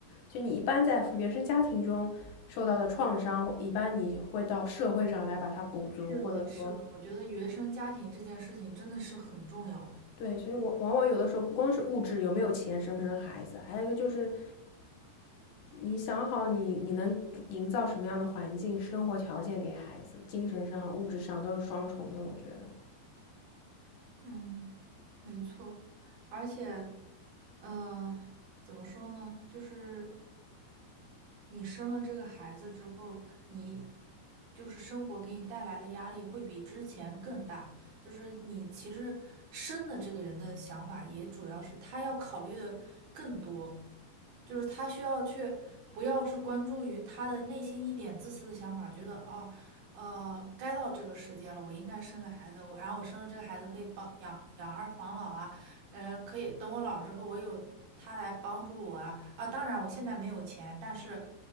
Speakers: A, on the left; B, on the right.
A: 就你一般在原生家庭中受到的创伤，一般你会到社会上来把它补足，
B: 是的，
A: 或者说，
B: 是的，我觉得原生家庭这件事情真的是很重要的。
A: 对，所以我往往有的时候不光是物质有没有钱，生不生孩子，还有一个就是你想好你你能营造什么样的环境、生活条件给孩子，精神上、物质上都是双重的，我觉得。
B: 嗯，没错，而且，呃，怎么说呢？就是你生了这个孩子之后，你就是生活给你带来的压力会比之前更大。就是你其实生的这个人的想法，也主要是他要考虑的更多，就是他需要去不要是关注于他的内心一点自私的想法，觉得啊，呃，该到这个时间了，我应该生个孩子，我然后我生了这个孩子可以帮养养儿防老啊。呃，可以等我老了之后，我有他来帮助我啊啊！当然，我现在没有钱，但是，